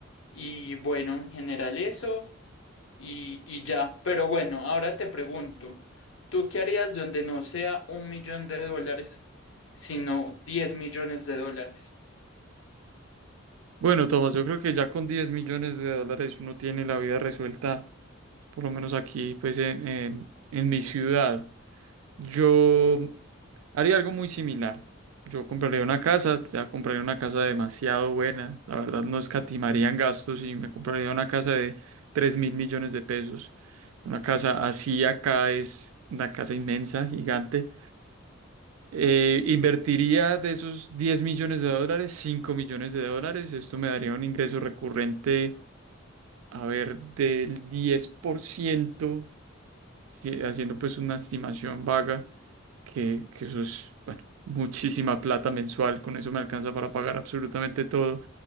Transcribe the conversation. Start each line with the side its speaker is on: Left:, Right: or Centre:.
Left: y bueno, en general eso y, y ya. Pero bueno, ahora te pregunto, ¿tú qué harías donde no sea un millón de dólares, sino 10 millones de dólares?
Right: Bueno, Tomás, yo creo que ya con diez millones de dólares uno tiene la vida resuelta, por lo menos aquí, pues en, en en mi ciudad. Yo haría algo muy similar. Yo compraría una casa, ya compraría una casa demasiado buena. La verdad no escatimaría en gastos y me compraría una casa de tres mil millones de pesos. Una casa así acá es una casa inmensa, gigante. Eh, invertiría de esos diez millones de dólares, cinco millones de dólares. Esto me daría un ingreso recurrente, a ver, del 10%, si- haciendo pues una estimación vaga que, que eso es, bueno, muchísima plata mensual, con eso me alcanza para pagar absolutamente todo.